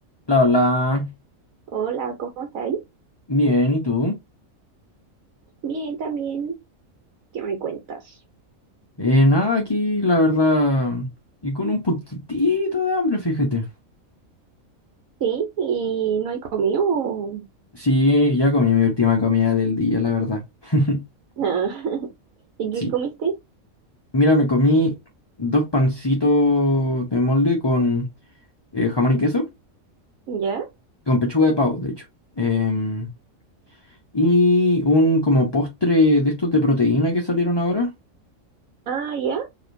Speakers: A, on the left; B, on the right.
A: La hola,
B: Hola, ¿cómo está ahí?
A: bien, ¿y tú?
B: Bien, también. ¿Qué me cuentas?
A: Eh, nada, aquí la verdad, y con un poquitito de hambre, fíjate.
B: Sí, ¿y no hay comido? o-
A: Sí, ya comí mi última comida del día, la verdad. <laughs>
B: Ah, <laughs> ¿y qué
A: Sí.
B: comiste?
A: Mira, me comí dos pancitos de molde con eh, jamón y queso,
B: ¿Ya?
A: con pechuga de pavo, de hecho. Em, y un como postre de estos de proteína que salieron ahora.
B: Ah, ya.